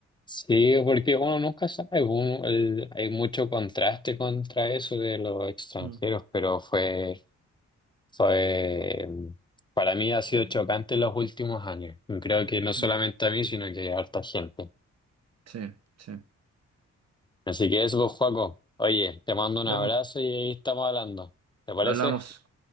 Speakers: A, on the left; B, on the right.
A: sí, porque uno nunca sabe. uno- el- hay mucho contraste contra eso de los extranjeros,
B: Mm,
A: pero fue. Fue, mm, para mí ha sido chocante en los últimos años. Y Creo que no solamente
B: mm,
A: a mí, sino que a harta gente.
B: sí, sí.
A: Así que eso, pues, Joaco. Oye, te mando un
B: Ya
A: abrazo
B: pues,
A: y ahí estamos hablando. ¿Te parece?
B: hablamos,